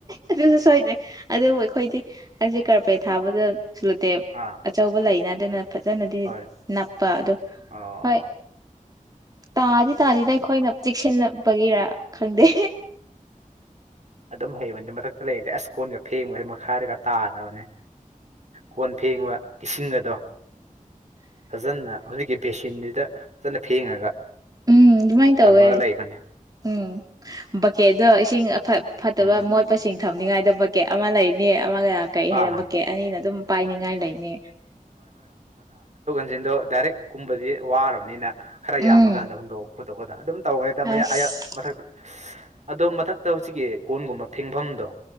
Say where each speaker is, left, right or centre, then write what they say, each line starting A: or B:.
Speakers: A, on the right; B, on the right.
A: ꯑꯗꯨꯁꯨ ꯁꯣꯏꯗ ꯑꯗꯨꯕꯨ ꯑꯩꯈꯣꯏꯗꯤ ꯑꯩꯁꯦ ꯀꯔꯄꯦꯠ ꯊꯥꯕꯗ ꯁꯨꯂꯨꯇꯦ
B: ꯑꯥ
A: ꯑꯆꯧꯕ ꯂꯩꯅꯗꯅ ꯐꯖꯅꯗꯤ
B: ꯍꯣꯏ
A: ꯅꯞꯄ ꯑꯗꯨ
B: ꯑꯣ
A: ꯍꯣꯏ ꯇꯥꯗꯤ ꯇꯥꯗꯤꯗ ꯑꯩꯈꯣꯏꯅ ꯆꯦꯛꯁꯤꯟꯅꯕꯒꯤꯔ ꯈꯪꯗꯦ
B: ꯑꯗꯨꯝ ꯍꯩꯕꯗꯤ ꯃꯊꯛꯇ ꯂꯩꯔꯗꯤ ꯑꯁ ꯀꯣꯟꯒ ꯐꯦꯡꯕꯁꯦ ꯃꯈꯥꯔꯒ ꯇꯥꯗ ꯇꯅꯦ ꯍꯣꯟ ꯐꯦꯡꯕ ꯏꯁꯤꯡ ꯑꯗꯣ ꯐꯖꯅ ꯍꯧꯖꯤꯛꯀꯤ ꯕꯦꯁꯤꯟꯁꯤꯗ ꯐꯖꯅ ꯐꯦꯡꯉꯒ
A: ꯎꯝ ꯑꯗꯨꯃꯥꯏꯅ ꯇꯧꯋꯦ
B: ꯊꯝꯃꯒ ꯂꯩꯕꯅꯦ
A: ꯎꯝ ꯕꯛꯀꯦꯗ ꯏꯁꯤꯡ ꯐꯠꯇꯕ
B: ꯎꯝ
A: ꯃꯣꯠꯄꯁꯤꯡ ꯊꯝꯅꯤꯡꯉꯥꯏꯗ ꯕꯀꯦꯠ ꯑꯃ ꯂꯩꯅꯦ ꯑꯃꯒ ꯀꯛꯩ ꯍꯥꯏ
B: ꯑꯥ
A: ꯕꯀꯦꯠ ꯑꯅꯤꯅ ꯑꯗꯨꯝ ꯄꯥꯏꯅꯤꯡꯉꯥꯏ ꯂꯩꯅꯤ
B: ꯐꯖꯤꯤꯟꯗꯣ ꯗꯥꯏꯔꯦꯛ ꯀꯨꯝꯕꯗꯤ ꯋꯥꯔꯕꯅꯤꯅ ꯈꯔ
A: ꯎꯝ
B: ꯌꯥꯝꯃꯀꯥꯟꯗ ꯍꯨꯟꯗꯣꯛ ꯈꯣꯠꯇꯣꯛꯄꯗꯣ ꯑꯗꯨꯝ ꯇꯧꯕꯅꯦꯗ
A: ꯑꯁ
B: ꯑ ꯃꯊ ꯑꯗꯣ ꯃꯊꯛꯇ ꯍꯧꯖꯤꯛꯀꯤ ꯀꯣꯟꯒꯨꯝꯕ ꯐꯦꯡꯐꯝꯗꯣ